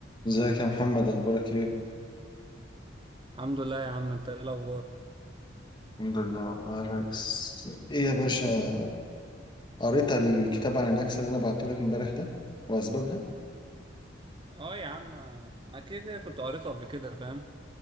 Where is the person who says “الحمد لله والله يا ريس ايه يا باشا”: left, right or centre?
Left